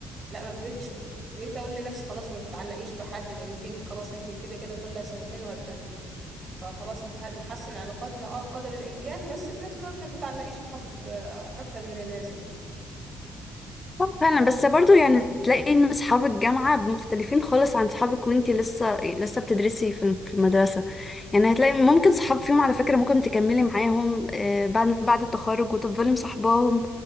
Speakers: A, on the right (about 45°); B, on the left (about 30°).
A: لا ما بقتش بقيت اقول لنفسي خلاص ما تتعلقيش بحد لانك انت خلاص انت كده كده كل سنتين وهتفرقين فخلاص نخ- نحسن علاقاتنا اه قدر الامكان بس في نفس الوقت ما تتعلقيش بحد آه، اكتر من اللازم يعني
B: آه فعلا بس برضو يعني تلاقي ان اصحاب الجامعة مختلفين خالص عن صحابك وانتي لسه لسه بتدرسي في في المدرسة يعني هتلاقي ممكن صحاب فيهم على فكرة ممكن تكملي معاهم آه، بعد بعد التخرج وتفضلي مصاحباهم